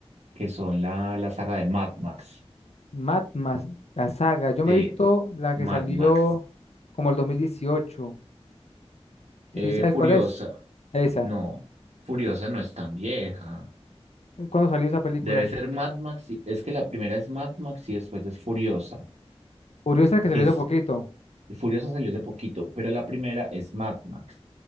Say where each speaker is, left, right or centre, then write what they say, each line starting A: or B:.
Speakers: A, on the right; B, on the left.
A: que son la, la saga de Mad Max.
B: Mad Max, la saga. Yo me
A: De
B: he visto la
A: Mad
B: que salió
A: Max.
B: como el 2018.
A: Eh,
B: ¿Sí sabes
A: Furiosa.
B: cuál es? Esa.
A: No, Furiosa no es tan vieja.
B: ¿Cuándo salió esa película?
A: Debe ser Mad Max. y- Es que la primera es Mad Max y después es Furiosa,
B: Furiosa que salió
A: que es
B: hace poquito.
A: Furiosa salió hace poquito, pero la primera es Mad Max,